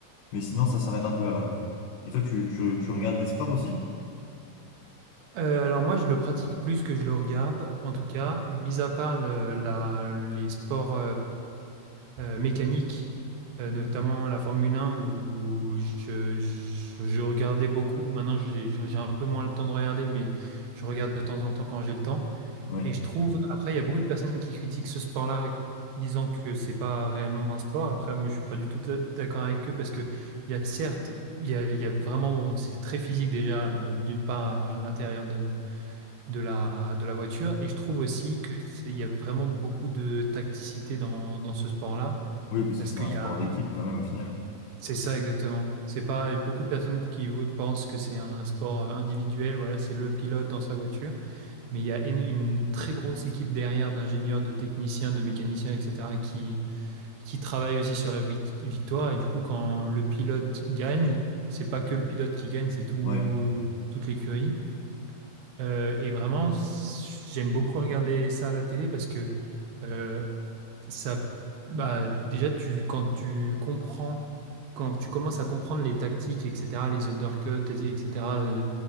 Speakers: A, on the left (about 80°); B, on the right (about 70°).
A: mais sinon ça s'arrête un peu à là. Et toi, tu, tu, tu regardes des sports aussi?
B: Euh, alors moi, je le pratique plus que je le regarde, en tout cas, mis à part le- la- les sports euh, mécanique, euh, notamment la Formule 1 où je, je- je regardais beaucoup. Maintenant, j'ai j'ai un peu moins le temps de regarder, mais je regarde de temps en temps quand j'ai le temps.
A: Ouais.
B: Et je trouve, après, il y a beaucoup de personnes qui critiquent ce sport-là, disant que c'est pas réellement un sport. Après, moi, je suis pas du tout d'accord avec eux parce que il y a certes, il y a, il y a vraiment, c'est très physique déjà, euh, d'une part à l'intérieur de, de la, de la voiture. Et je trouve aussi que c'est- il y a vraiment beaucoup de tacticité dans, dans ce sport-là.
A: Oui, parce
B: Parce
A: que c'est
B: qu'il
A: un
B: y
A: sport
B: a...
A: d'équipe quand même au final.
B: C'est ça exactement. C'est pas beaucoup de personnes qui pensent que c'est un sport euh, individuel, voilà, c'est le pilote dans sa voiture, mais il y a une, une très grosse équipe derrière d'ingénieurs, de techniciens, de mécaniciens, etc., qui, qui travaillent aussi sur la vic- victoire. Et du coup, quand le pilote gagne, c'est pas que le pilote qui gagne, c'est tout,
A: Ouais,
B: toute l'écurie. Euh, et vraiment, c- j'aime beaucoup regarder ça à la télé parce que euh, ça, bah, déjà, tu, quand tu comprends, quand tu commences à comprendre les tactiques, etc., les undercuts, etc., euh,